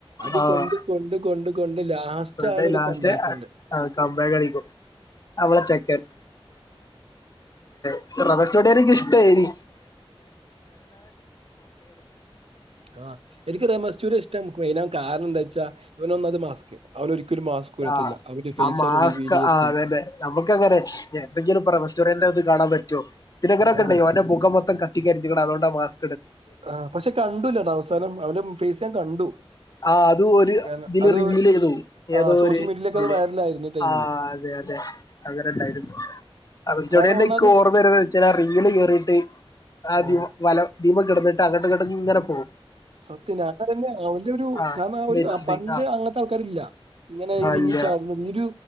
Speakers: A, on the right; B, on the left.
A: അടി
B: ആഹ്
A: കൊണ്ട് കൊണ്ട് കൊണ്ട് കൊണ്ട് ലാസ്റ്റ്
B: എന്നിട്ട്
A: ആളൊരു
B: ലാസ്റ്റ്
A: കമ്പാക്കിണ്ട്
B: കംബാക്ക് അടിക്കും അവളെ ചെക്കൻ <unintelligible> നിക്ക് ഇഷ്ടായിനി
A: ആ എനിക്ക് രമശൂര് ഇഷ്ടം <unintelligible> കാരണം എന്താ വെച്ചാ ഇവനൊന്നാമത് മാസ്ക് അവൻ ഒരിക്കലും മാസ്ക് ഉരത്തില്ല
B: ആ
A: അവന്റെ ഫേസ്
B: ആ മാസ്ക്
A: ആരും റിവീൽ ചെയ്യത്തില്ല
B: ആ അതന്നെ നമുക്ക് അങ്ങനെ എന്തെങ്കിലും പറ റെസ്റ്റോറന് അത് കാണാൻ പറ്റുമോ പിന്നെങ്ങനെയൊക്കെ
A: ആ
B: ഉണ്ടോ അവന്റെ മുഖമൊത്തം <unintelligible> അതൊണ്ട മാസ്
A: ആഹ് പക്ഷെ കണ്ടൂലട്ടാ അവസാനം അവനും ഫേയ്സ്‌യാൻ കണ്ടു
B: ആ അത് ഒരു
A: കാരണം
B: ഇതില്
A: അത്
B: റിവീൽ ചെയ്തു
A: ആഹ്
B: ഏതോ
A: സോഷ്യൽ
B: ഒരു
A: മീഡിയയിലൊക്കെ
B: ഇതില്
A: അത് വൈറലായിരുന്നു ടൈമില്.
B: ആ അതെ അതെ അങ്ങനെണ്ടായിരുന്നു അഗസ്താനോനിക്കോർമ്മ
A: കാരണം ഒന്നാത്
B: വരുന്ന വച്ച്ഴിഞ്ഞാ ആ റിവ്യൂ കേറിയിട്ട് ആ
A: ആഹ്
B: ദിവ് വല ദീപ് കിടന്നിട്ട് തങ്ങട്ട് ടിങ്ങട് ഇങ്ങനെ പോം
A: സത്യം ഞൻ തന്നെ അവന്റെ ഒരു ഉ
B: ആഹ്
A: കാരണ ഒരുഗ
B: നെറ്റ്
A: പണ്ട്
B: ആഹ്
A: അങ്ങത്തെ ആൾക്കാരില്ല. ഇങ്ങനെരിങ്ങിചാട്ണും
B: അല്ല
A: ഇരു